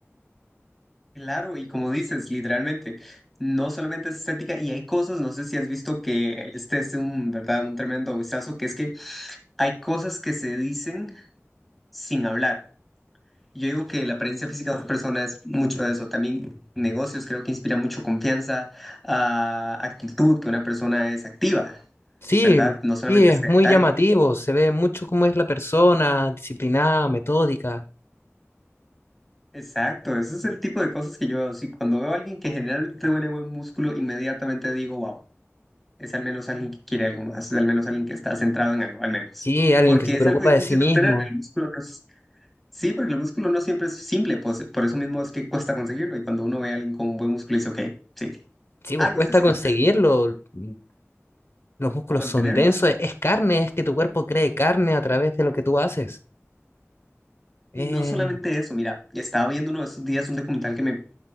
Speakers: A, in the centre; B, on the left (about 60°).
A: Claro, y como dices, literalmente, no solamente es estética, y hay cosas, no sé si has visto que este es un, ¿verdad? Un tremendo vistazo, que es que hay cosas que se dicen sin hablar. Yo digo que la apariencia física de una persona es mucho de eso. También negocios creo que inspira mucho confianza, ah, actitud, que una persona es activa,
B: Sí,
A: ¿verdad? No solamente
B: sí, es
A: sedentaria.
B: muy llamativo, se ve mucho cómo es la persona, disciplinada, metódica.
A: Exacto, ese es el tipo de cosas que yo veo. Sí, cuando veo a alguien que generalmente tiene buen músculo, inmediatamente digo, wow. es al menos alguien que quiere algo más, es al menos alguien que está centrado en algo, al menos.
B: Sí, alguien
A: Porque
B: que se
A: es
B: preocupa
A: algo difícil
B: de sí mismo.
A: de obtener, el músculo no es- Sí, porque el músculo no siempre es simple, pues, por eso mismo es que cuesta conseguirlo. Y cuando uno ve a alguien con buen músculo, dice, ok, sí,
B: Sí,
A: algo
B: pues cuesta
A: está haciendo.
B: conseguirlo. mm, Los músculos
A: O mantenerlo,
B: son densos, e- es carne, es que tu cuerpo cree carne a través de lo que tú haces. Eh,
A: Y no solamente eso, mira, estaba viendo uno de estos días un documental que me,